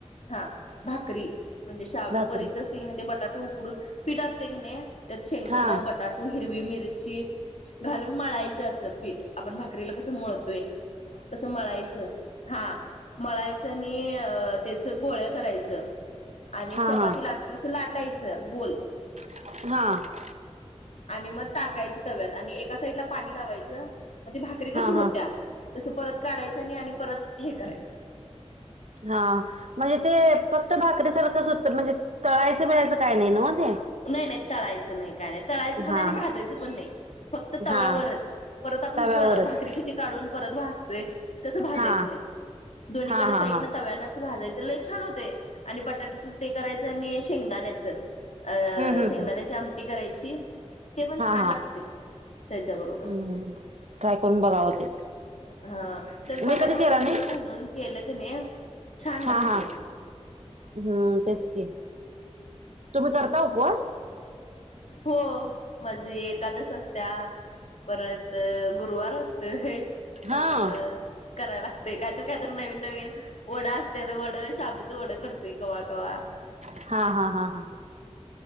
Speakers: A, on the left (about 80°); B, on the right (about 80°).
A: हा भाकरी म्हणजे शाबू
B: भाकरी
A: वरीच असते की नाही ते बटाटे उकडून पीठ असते की नाही त्यात शेंगदाणं
B: हा
A: बटाटू हिरवी मिरची घालून मळायचं असं पीठ. आपण भाकरीला कसं मळतोय तसं मळायचं. हा मळायचं आणि अ त्याच गोळ करायचं. आणि
B: हा
A: चपाती
B: हा
A: लाटतो तसं लाटायचं गोल.
B: हां
A: आणि मग टाकायचं तव्यात आणि एका साईडला पाणी लावायचं. मग ती भाकरी कशी
B: हा हा
A: होत्या तसं परत काढायचं आणि परत हे करायचं.
B: हा म्हणजे ते फक्त भाकरीेसारखंच होत म्हणजे तळायचं बिळायचं काय नाही न मग ते?
A: नाही नाही तळायचं नाही. का नाही तळायच पण
B: हा
A: नाही भाजायचं पण नाही फक्त तव्यावरच
B: हा
A: परत आपण
B: तव्यावरच
A: भाकरी कशी काढून परत भाजतोय तस भाजायच
B: हा
A: नाही दोन्हीकड
B: हा हा
A: साईड
B: हा
A: तव्या भाजायच लय छान होतय आणि बटाट्याच ते करायचं आणि शेंगदाण्यायचं अं
B: हम्म हम्म
A: शेंगदाण्याची
B: हम्म
A: आमटी करायची. ते पण
B: हा
A: छान लागते
B: हा
A: त्याच्याबरोबर.
B: हम्म ट्राय करून बघावं ते
A: हा त्यात बटाटो
B: मी कधी केला
A: वगैरे
B: नाही
A: सगळं घालून केलं की नाही छान लागते.
B: हा हा हम्म तेच की तुम्ही करता उपवास?
A: हो म्हणजे एकादस असत्या. परत गुरुवार असतोय.
B: हा
A: त्यामुळं करायला लागते काहीतरी काहीतरी नवीन नवीन वडा असत त्याच वडं शाबूचं वडं करतोय कवा कवा.
B: हा हा हा हां